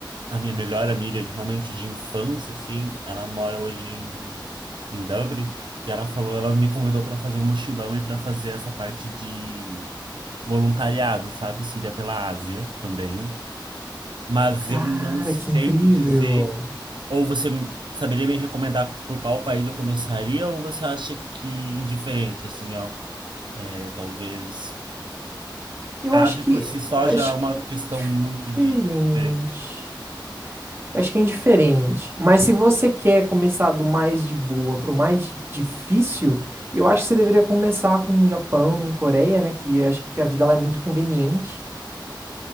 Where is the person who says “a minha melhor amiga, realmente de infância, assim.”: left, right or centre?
Right